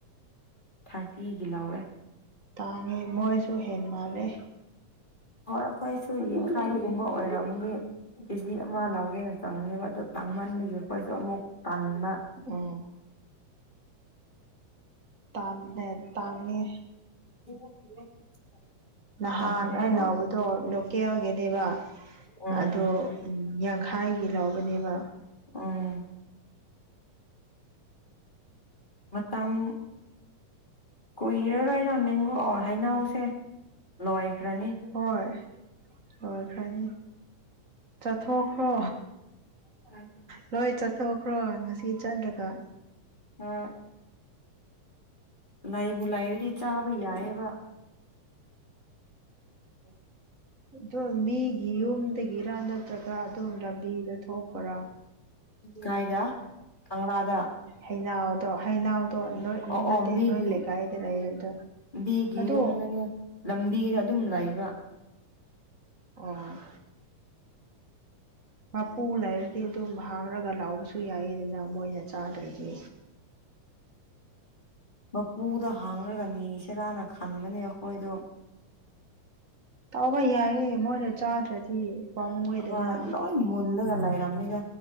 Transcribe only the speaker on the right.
ꯇꯥꯡꯉꯦ ꯃꯣꯏꯁꯨ ꯍꯦꯟꯃꯥꯜꯂꯦ
ꯎꯝ ꯇꯥꯟ ꯑ ꯇꯥꯡꯉꯤ
ꯅꯍꯥꯟ
ꯑꯩ
ꯂꯥꯎꯕꯗꯣ ꯂꯣꯀꯦꯜꯒꯤꯅꯦꯕ
ꯑꯗꯨ ꯌꯥꯡꯈꯥꯏꯒꯤ ꯂꯥꯎꯕꯅꯦꯕ
ꯍꯣꯏ ꯍꯣꯏ ꯐꯅꯤ ꯆꯠꯊꯣꯛꯈ꯭ꯔꯣ
ꯅꯣꯏ ꯆꯠꯊꯣꯛꯈ꯭ꯔꯣ ꯉꯁꯤ ꯆꯠꯂꯒ
ꯑꯗꯨꯝ ꯃꯤꯒꯤ ꯌꯨꯝꯗꯒꯤꯔ ꯅꯠꯇ꯭ꯔꯒ ꯑꯗꯨꯝ ꯂꯝꯕꯤꯗ ꯊꯣꯛꯄꯔꯥ
ꯍꯩꯅꯥꯎꯗꯣ ꯍꯩꯩꯅꯥꯎꯗꯣ ꯅꯣꯏ
ꯎ ꯅꯠꯇꯦ
ꯅꯣꯏ ꯂꯩꯀꯥꯏꯗ ꯂꯩ ꯍꯥꯏꯕꯗ
ꯑꯗꯣ
ꯑꯣ ꯃꯄꯨ ꯂꯩꯔꯗꯤ ꯑꯗꯨꯝ ꯍꯥꯡꯉꯒ ꯂꯥꯎꯕꯁꯨ ꯌꯥꯏꯌꯦ ꯑꯗꯨꯅ ꯃꯣꯏꯅ ꯆꯥꯗ꯭ꯔꯗꯤ
ꯇꯧꯕ ꯌꯥꯏꯑꯦ ꯃꯣꯏꯅ ꯆꯥꯗ꯭ꯔꯗꯤ ꯄꯥꯝꯃꯨꯌꯦꯗꯅ